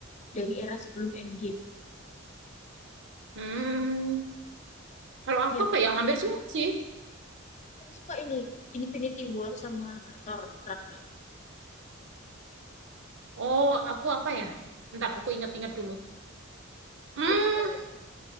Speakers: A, on the left (about 35°); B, on the right (about 60°).
A: dari era sebelum Endgame
B: Hmm, kalau aku
A: iya
B: apa
A: kan
B: ya? Hampir semua sih.
A: Aku paling suka ini Infinity War sama Thor Ragnarok
B: Oh, aku apa ya? Ntar aku inget-inget dulu. Hmm,
A: tapi kalau